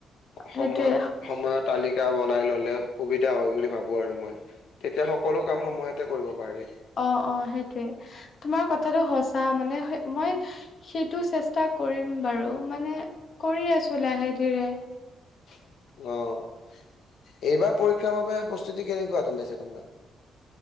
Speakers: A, on the left; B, on the left.
A: সময়,
B: সেইটোৱে
A: সময়ৰ তালিকা বনাই ললেও সুবিধা হ'য় বুলি ভাৱো আৰু মই, তেতিয়া সকলো কাম সময়তে কৰিব পাৰি।
B: অঁ, অঁ সেইটোয়ে তোমাৰ কথাাটো সঁচা মানে মই, সেইটো চেষ্টা কৰিম বাৰু। মানে, কৰি আছো লাহে-ধীৰে।
A: অঁ এইবাৰ পৰীক্ষাৰ বাবে প্ৰস্তুতি কেনেকুৱা চলিছে তোমাৰ?